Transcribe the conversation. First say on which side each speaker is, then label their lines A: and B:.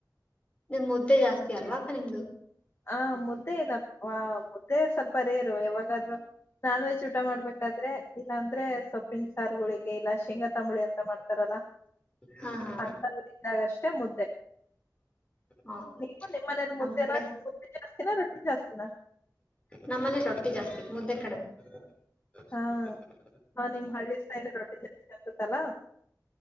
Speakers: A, on the left (about 15°); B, on the left (about 35°).
A: ನಿಮ್ ಮುದ್ದೆ ಜಾಸ್ತಿ ಅಲ್ವಾಕ್ಕ ನಿಮ್ದು
B: ಹ ಮುದ್ದೆ ಇಲ್ಲ ಮುದ್ದೆ ಸ್ವಲ್ಪ ರೇರು ಯಾವಾಗಾದ್ೂ ನಾನ್ವೆೆಜ್ ಉಟ್ಟ ಊಟ ಮಾಡ್ಬೇಕಾದ್ರೆ ಇಲ್ಲಾ ಅಂದ್ರೆ ಸೊಪ್ಪಿಿನ ಸಾರುಗಳಿಗೆ ಇಲ್ಲ ಶೇಂಗ ತಾಂಬುಿ ಅಂತ ಮಾಡಾರೆ
A: ಹಾ ಹಾ
B: <unintelligible> ಇದಾಗಷ್ಟ ಮುದ್ದೆ
A: ಹೌದು
B: ನೀವು ನಿಮ್ಮ ಮನೇಲಿ
A: ನಮ್
B: ಮುದ್ದೇನ
A: ಕಡೆ
B: ಜಾಸ್ತಿ ರೋಿಟಿ ಜಾಸ್ತಿ <inaudible>
A: ನಮ್ಮನೆ ರೊಟ್ಟಿ ಜಾಸ್ತಿ ಮುದ್ದೆ ಕಡಿಮೆ ಹ
B: ಹಾ ಹಾ ನಿಮ್ ಹಳ್ಳಿ ಸ ರಟ್ಟಿ <unintelligible> ತಲ್ಲ